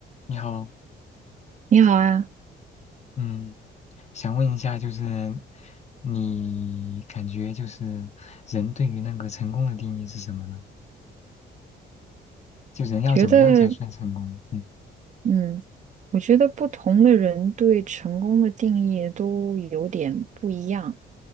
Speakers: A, on the left (about 35°); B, on the right (about 40°).
A: 你好，
B: 你好啊，
A: 嗯，想问一下，就是你感觉就是人对于那个成功的定义是什么呢？就人要怎么样才算成功？
B: 觉得，
A: 嗯，
B: 嗯，我觉得不同的人对成功的定义都有点不一样，